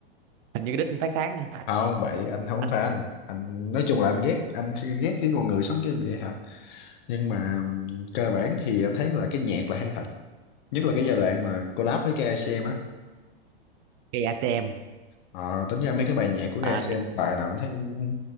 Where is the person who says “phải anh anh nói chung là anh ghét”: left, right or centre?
Left